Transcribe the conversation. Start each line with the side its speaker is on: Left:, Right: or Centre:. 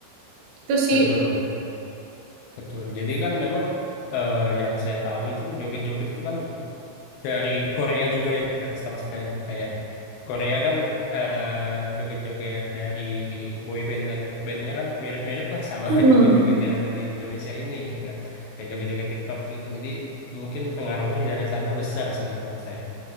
Right: Itu sih.
Left: Betul, betul. Jadi kan memang eh, yang saya tahu itu joget-joget itu kan dari Korea juga ya Kak, setahu saya tuh kayak Korea kan eh, joget-joget dari boy band dan girl bandnya kan mirip-mirip lah sama
Right: Hmm.
Left: <laughs> joget-joget yang ada di Indonesia ini gitu kan. Kayak joget-joget TikTok gitu. Jadi mungkin pengaruhnya dari sana besar sih Kak menurut saya.